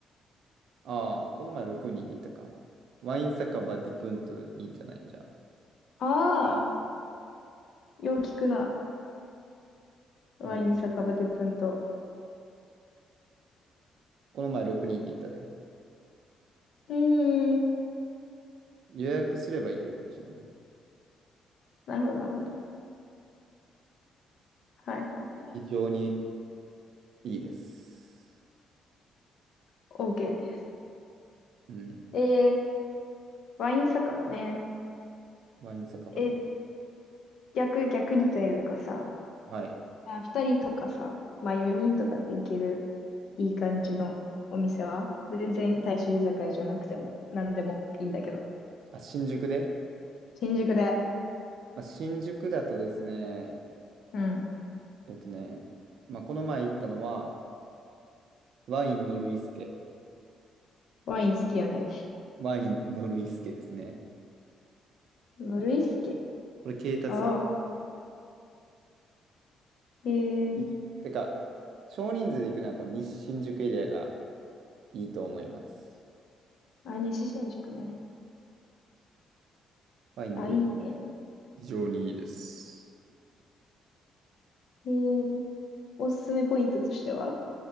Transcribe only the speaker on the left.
ああ、よう聞くな。ワイン酒場でプンと。
うーん。
なるほど、なるほど。はいはい。
OK です。
えー、ワイン酒場ね。
え、逆、逆にというかさ、
あ、2人とかさ、まあ4人とかで行けるいい感じのお店は全然大衆居酒屋じゃなくても何でもいいんだけど。
新宿で。
うん。
ワイン好きよね。
ノルイスケ。
ああ。へえ。
あ、西新宿ね。
あ、いいね。
へえ。おすすめポイントとしては